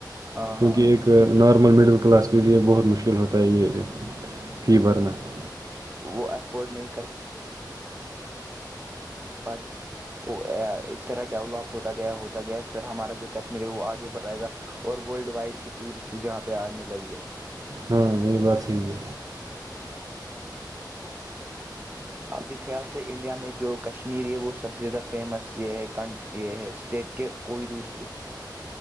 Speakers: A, on the right; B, on the right.
A: ہاں
B: کیونکہ
A: ہاں
B: ایک
A: جتنا
B: نارتھ نارمل مڈل کلاس کے لیے بہت مشکل ہوتا ہے یہ فی بھرنا <unintelligible>
A: وہ افورڈ نہیں کر پچ <unintelligible> تو اس طرح ڈیولپ ہوتا گیا ہوتا گیا پھر ہمارا جو کشمیر ہے وہ آگے بڑھ جائے گا اور ورلڈ وائڈ کے ٹورسٹ جہاں پہ آنے لگے گئے
B: ہاں یہ بات س ہے
A: آپ کی خیال <unintelligible> اس سے انڈیا میں جو کشمیرری ہے وہ سب سے زیادہ فیمس یہ ہے کن یہ ہے اسٹیٹ کے کوئی دوسرے